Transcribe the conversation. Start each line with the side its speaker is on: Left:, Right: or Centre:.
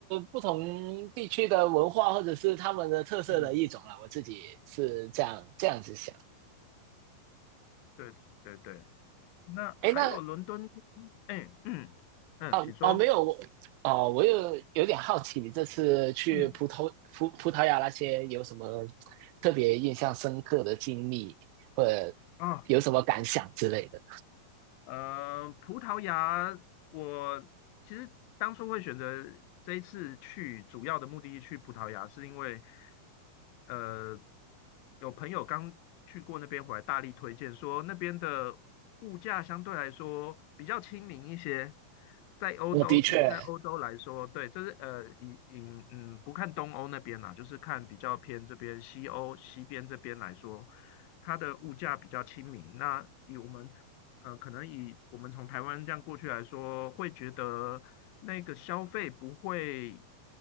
Right: 不同地区的文化或者是他们的特色的一种了。
Left: 嗯，
Right: 我自己是这样这样子想。
Left: 对对对，那还有伦敦，
Right: 哎，那
Left: 哎，嗯嗯，
Right: 哦哦没有我哦，
Left: 请说，
Right: 我有有点好奇，你这次去葡萄葡葡萄牙那些有什么
Left: 嗯
Right: 特别印象深刻的经历，或者有什么感想之类的？
Left: 啊。呃，葡萄牙，我其实当初会选择这一次去，主要的目的地去葡萄牙，是因为呃，有朋友刚去过那边回来，大力推荐说那边的物价相对来说比较亲民一些，在欧洲以在欧洲来说，
Right: 我的确
Left: 对，就是呃，以以嗯不看东欧那边啦，就是看比较偏这边西欧西边这边来说，它的物价比较亲民。那以我们呃，可能以我们从台湾这样过去来说，会觉得那个消费不会